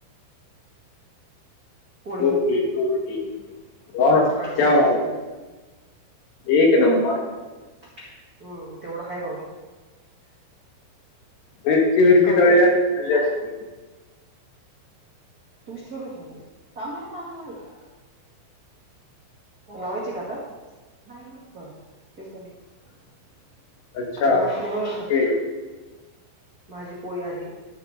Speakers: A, on the right; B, on the left.
A: पोळी
B: ओके ओके वा क्या
A: सकाळची भाजी.
B: वा एक नंबर.
A: हम्म तेवढा हाय बाबा.
B: मिरची मिरची
A: काय
B: तळली
A: ते तुम्हीच
B: असती तर खाल्ली असती.
A: तुम्हीच ठेवल होत ना हे चांगले तांदुळ आहे. ओ लावायची का आता नाही-नाही ह तेच म्हण
B: <unintelligible>
A: भात
B: ओके
A: नाही बरका. माझी पोळी आहे